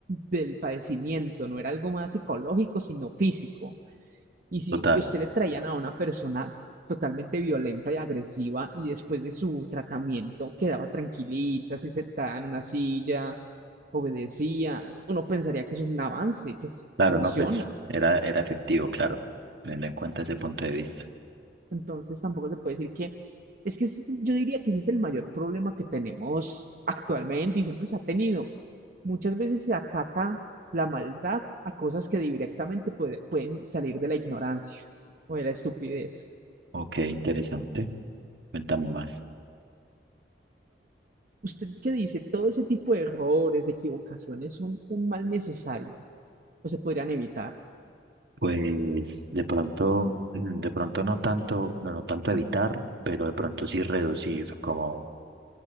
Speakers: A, on the right; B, on the right.
A: del padecimiento, no era algo más psicológico, sino físico. Y si
B: Total,
A: usted le traían a una persona totalmente violenta y agresiva y después de su tratamiento quedaba tranquilita, se sentaba en una silla, obedecía, uno pensaría que es un avance, que es-
B: claro,
A: funciona.
B: no, pues, era, era efectivo, claro, teniendo en cuenta ese punto de vista.
A: Entonces tampoco se puede decir que, es que ese es el- yo diría que ese es el mayor problema que tenemos actualmente y siempre se ha tenido. Muchas veces se acata la maldad a cosas que directamente puede- pueden salir de la ignorancia o de la estupidez.
B: Ok, interesante. Cuéntame más.
A: ¿Usted qué dice? Todo ese tipo de errores, de equivocaciones son un mal necesario o se podrían evitar.
B: Pues de pronto, mm, de pronto no tanto, no, no tanto evitar, pero de pronto sí reducir, como,